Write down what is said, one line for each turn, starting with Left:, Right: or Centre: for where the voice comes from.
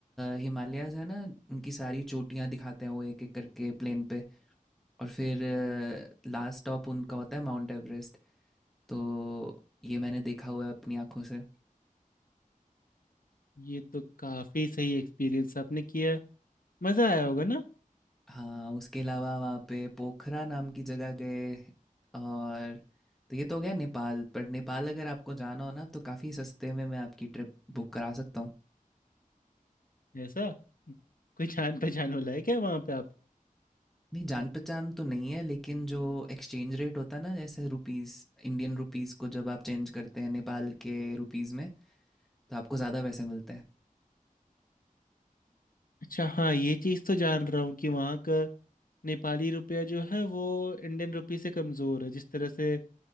Centre: हिमालयाज है ना उनकी सारी चोटियाँ दिखाते हैं वो एक एक करके प्लेन पे और फिर लास्ट स्टॉप उनका होता है माउंट एवरेस्ट तो ये मैंने देखा हुआ है अपनी आंखों से
Left: ये तो काफी सही एक्सपीरियंस आपने किया मजा आया होगा ना
Centre: हाँ उसके अलावा वहाँ पे पोखरा नाम की जगह गए और तो ये तो हो गया नेपाल पर नेपाल अगर आपको जाना हो ना तो काफ़ी सस्ते में मैं आपकी ट्रिप बुक करा सकता हूँ
Left: ऐसा कोई जान पहचान वाला है क्या वहाँ पे
Centre: नहीं जान पहचान तो नहीं है लेकिन जो एक्सचेंज रेट होता है ना जैसे रुपीस इंडियन रुपीस को जब आप चेंज करते हैं नेपाल के रुपीस में तो आपको ज़्यादा पैसे मिलते हैं
Left: अच्छा हाँ ये चीज़ तो जान रहा हूँ कि वहाँ का नेपाली रुपया जो है वो इंडियन रुपी से कमज़ोर है जिस तरह से